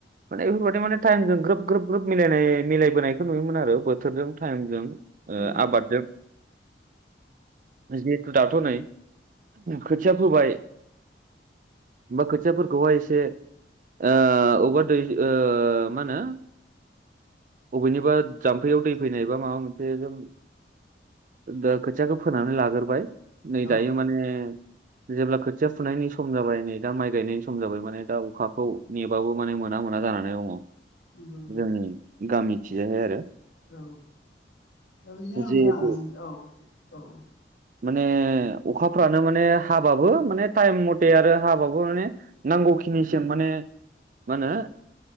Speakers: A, on the right; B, on the left.
A: माने बेफोरबायदि माने टाइमजों ग्रोब-ग्रोब-ग्रोब मिलायनाय मिलायबोनायखौ नुयोमोन आरो बोथोरजों टाइमजों ओ
B: नंगौ
A: आबादजों
B: <inaudible>
A: जिहेथु दाथ' नै खोथिया फोबाय ओमफाय खोथियाफोरखौहाय एसे ओ अबेबा दै ओ मा होनो बबेनिबा जाम्फैयाव दै फैनायबा माबा मोनसे जों दा खोथियाखौ फोनानै लाग्रोबाय नै
B: औ
A: दायो माने जेब्ला खोथिया फुनायनि सम जाबाय नै दा माइ गायनायनि सम जाबाय माने दा अखाखौ नेबाबो माने मोना मोना जानानै दङ
B: नंगौ नंगौ
A: जोंनि गामिखिजायहाय आरो
B: औ बिदिनो नोंथां
A: जिहेथु
B: औ औ।
A: माने अखाफ्रानो माने हाबाबो माने टाइम मथे आरो हाबाबो माने। नांगौखिनिसिम माने मा होनो